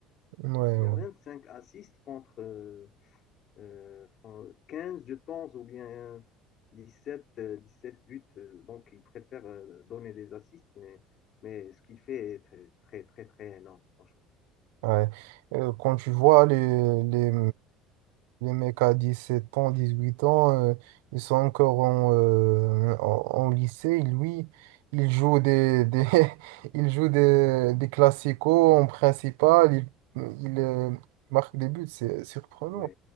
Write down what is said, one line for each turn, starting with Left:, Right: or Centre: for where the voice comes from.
Right: Ouais,
Left: Il
Right: ouais,
Left: a 25 assists contre euh, euh, Fran- 15, je pense, ou bien 17 euh, sept buts. Euh, Donc, il préfère euh, donner des assists, mais, mais ce qu'il fait est très, très, très, très énorme, franchement.
Right: ouais. Euh, quand tu vois les, les, les mecs à 17 ans, 18 ans, euh, ils sont encore en, euh, en, en lycée, lui, il joue des, des, <laughs> il joue des, des classicos en principal, il, il euh, marque des buts, c'est surprenant.
Left: Oui,